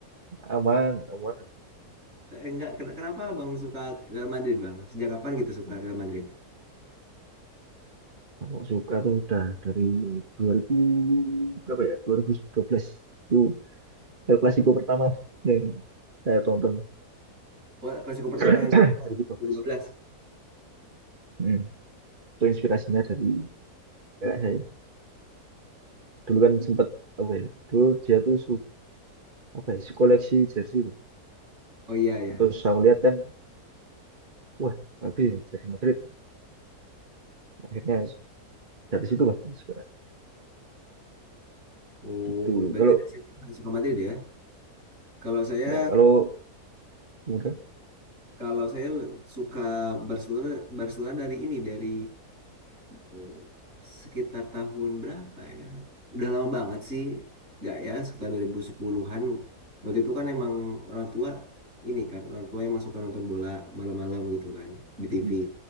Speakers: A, on the right; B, on the right.
A: aman, aman.
B: Eh, enggak, ken- kenapa Bang suka Real Madrid Bang? Sejak kapan gitu suka Real Madrid?
A: Kalau suka tuh udah dari 2000 berapa ya? 2012. Itu El Clasico pertama yang saya tonton
B: Wah, Klasiko pertama
A: <coughs>
B: yang
A: <clears throat>
B: di oh,
A: 2012.
B: dua ribu dua belas.
A: Hmm. Itu inspirasinya dari kakak saya. Dulu kan sempat apa ya? Dulu dia tuh su apa ya? su Koleksi jersey itu.
B: Oh iya ya.
A: Terus saya melihat kan, wah bagus ya, jersey Madrid. Akhirnya dari situ lah suka
B: Oh,
A: gitu.
B: berarti
A: Kalau
B: dari situ udah suka Madrid ya. Kalau saya
A: ya kalau kemudian
B: Kalau saya suka Barcelona Barcelona dari ini dari eh, sekitar tahun berapa ya? Udah lama banget sih. nggak ya, sekitar 2010-an. Waktu itu kan emang orang tua ini kan, orang tua emang suka nonton bola malam-malam gitu kan di TV.
A: mm,